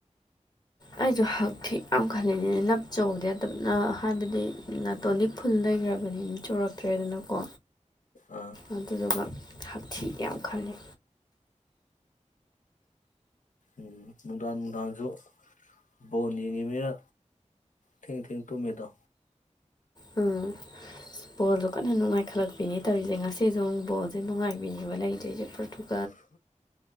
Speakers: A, on the left; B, on the left.
A: ꯑꯩꯁꯨ ꯍꯛꯊꯤ ꯌꯥꯝ ꯈꯜꯂꯤꯅꯤꯅ ꯅꯞ ꯆꯨꯕꯗꯤ ꯅꯠꯇꯕ ꯍꯥꯏꯕꯗꯤ ꯅꯥꯇꯣꯟꯗꯤ ꯐꯨꯜ ꯂꯩꯈ꯭ꯔꯕꯅꯤ ꯑꯗꯨ ꯆꯨꯔꯛꯇ꯭ꯔꯦꯗꯅꯀꯣ
B: ꯑꯥ
A: ꯑꯗꯨꯗꯨ ꯁꯥꯛꯊꯤ ꯌꯥꯝ ꯈꯜꯂꯤ
B: ꯎꯝ ꯅꯨꯡꯗꯥꯡ ꯅꯨꯡꯗꯥꯡꯁꯨ ꯕꯣꯟ ꯌꯦꯡꯉꯤꯅꯤꯅ ꯊꯦꯡ ꯊꯦꯡ ꯇꯨꯝꯃꯦꯗ
A: ꯎꯝ ꯕꯣꯜꯗ ꯀꯟꯅ ꯅꯨꯡꯉꯥꯏꯈꯠꯂꯛꯄꯤꯅꯤ ꯇꯧꯔꯤꯁꯦ ꯉꯁꯤꯁꯨꯨ ꯕꯣꯜꯁꯦ ꯅꯨꯡꯉꯥꯏꯕꯤꯈꯤꯕ ꯂꯩꯗꯣꯏꯔꯤꯁꯦ꯭ꯔ